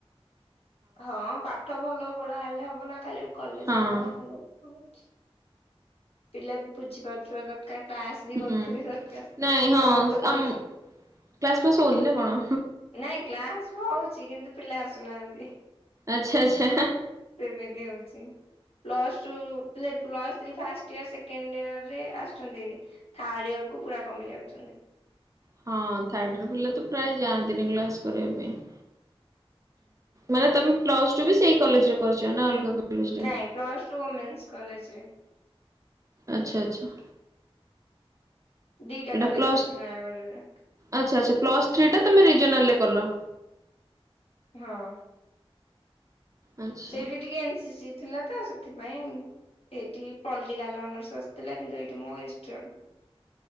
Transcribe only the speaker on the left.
ହଁ ପାଠ ଭଲ ପଢା ହେଲେ ହବ ନା ଖାଲି କଲେଜ
ପଢ <inaudible> ପିଲା ବି ବୁଝି ପାରୁଥିବା ଦରକାର କ୍ଲାସ ବି
କରୁଥିବା ଦରକାର
ଆମର ତ କଲେଜ
ନାଇଁ କ୍ଲାସ ହଉଚି କିନ୍ତୁ ପିଲା ଆସୁନାହାନ୍ତି।
ସେମିତି ହଉଚି। Plus ଟୁଲେ-ପ୍ଲସ three first year second year ରେ ଆସଚନ୍ତି। ଥାର୍ଡ ଇୟର କୁ ପୁରା କମି ଯାଉଚନ୍ତି।
ନାଇଁ ପ୍ଲସ ଟୁ ଓମେନ୍ସ କଲେଜ୍ ରେ।
ଦିଟା
କଲେଜ୍
ଅଛି ନୟାଗଡ଼ରେ।
ହଁ।
ସେଇଠି ଟିକେ ଏନସି ସି ଥିଲା ତ ସେଥିପାଇଁ ଏଇଠି ପଲିଟିକାଲ ଅନର୍ସ ଆସିଥିଲା କିନ୍ତୁ ଏଇଠି ମୋ ହିଷ୍ଟ୍